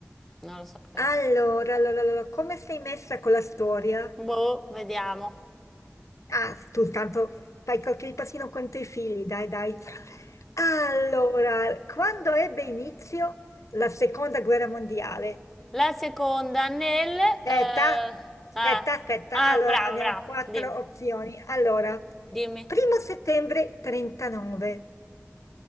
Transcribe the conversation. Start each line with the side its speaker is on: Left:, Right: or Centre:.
Centre: non lo sapevo.
Left: Allora, allora, allora, come sei messa con la storia?
Centre: Boh, vediamo.
Left: Ah, tu intanto fai qualche passino con i tuoi figli, dai, dai. Allora, quando ebbe inizio la seconda guerra mondiale?
Centre: La seconda nel...
Left: Aspetta,
Centre: eh, ah,
Left: aspetta, aspetta.
Centre: ah,
Left: Allora,
Centre: brava,
Left: abbiamo
Centre: brava,
Left: quattro
Centre: dimmi.
Left: opzioni. Allora,
Centre: dimmi.
Left: primo settembre 39,